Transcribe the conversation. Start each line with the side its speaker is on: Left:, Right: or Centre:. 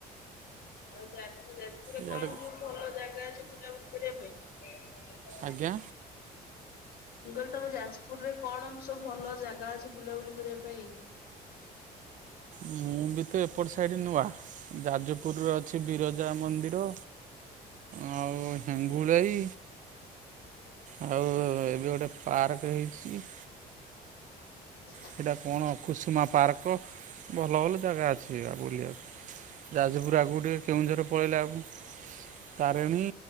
Left: ଆଉ ଯାଜ୍ ଯାଜପୁରରେ
Right: ଇଆଡ଼େ
Left: କଣ ସବୁ ଭଲ ଜାଗା ଅଛି ବୁଲା ବୁଲି କରିବା ପାଇଁ।
Right: ଆଜ୍ଞା।
Left: ମୁଁ କହିଲି ତମ ଯାଜପୁରରେ କଣ ସବୁ ଭଲ ଜାଗା ଅଛି ବୁଲା ବୁଲି କରିବା ପାଇଁ?
Right: ମୁଁ ବି ତ ଏପଟ ସାଇଡ଼ ନୂଆ, ଯାଜପୁରର ଅଛି ବିରଜା ମନ୍ଦିର, ଆଉ ହିଙ୍ଗୁଲାଇ। ଆଉ ଏବେ ଗୋଟେ ପାର୍କ ହେଇଚି।
Left: <unintelligible>
Right: ସେଇଟା କଣ କୁସୁମା ପାର୍କ ଭଲ ଭଲ ଜାଗା ଅଛି ବା ବୁଲିଆକୁ। ଯାଜପୁର ଆଗକୁ ଟିକେ କେଉଁଝର ପଳେଇଲେ <unintelligible> ତାରେଣୀ